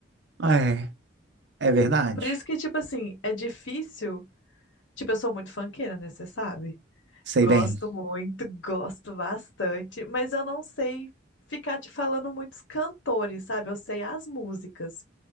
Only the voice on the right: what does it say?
Ah, É, é verdade.
Sei
bem.